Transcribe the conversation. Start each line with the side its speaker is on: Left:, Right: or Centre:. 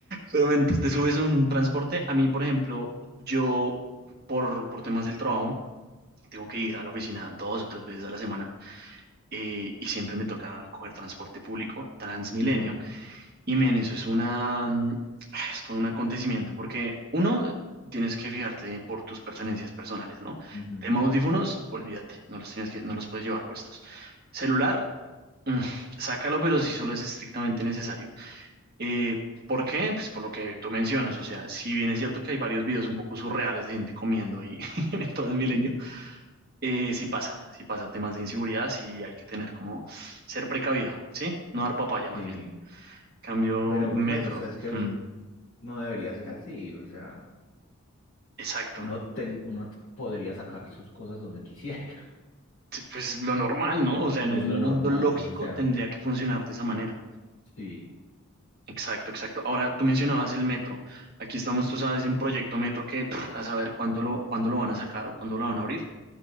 Right: Pero men, pues te subes un transporte. A mí, por ejemplo, yo por, por temas del trabajo tengo que ir a la oficina dos o tres veces a la semana eh, y siempre me toca coger transporte público, Transmilenio,
Left: ujú,
Right: Y men, eso es una, mm, es todo un acontecimiento porque uno, tienes que fijarte por tus pertenencias personales, ¿no?
Left: ujú,
Right: Tema audífonos, olvídate, no los tienes que, no los puedes llevar puestos. Celular, mm, sácalo, pero si solo es estrictamente necesario. Eh, ¿por qué? Pues por lo que tú mencionas, o sea, si bien es cierto que hay varios videos un poco surreales de gente comiendo ahí <laughs> en el Transmilenio, eh, sí pasa, sí pasa temas de inseguridad, sí hay que tener como ser precavido, ¿sí? No dar papaya más
Left: sí,
Right: bien. Cambio
Left: pero
Right: metro.
Left: pues, o sea, es que
Right: mm.
Left: no debería ser así, o sea,
Right: Exacto.
Left: uno, ten- uno podría sacarle sus cosas donde quisiera, <laughs>
Right: Pues lo normal, ¿no? O sea, en
Left: es
Right: un
Left: lo
Right: mundo
Left: normal,
Right: lógico
Left: o sea,
Right: tendría que funcionar de esa manera.
Left: sí,
Right: Exacto, exacto. Ahora, tú mencionabas el metro. Aquí estamos, tú sabes, en Proyecto Metro que pff, a saber cuánto lo, cuándo lo van a sacar o cuándo lo van a abrir.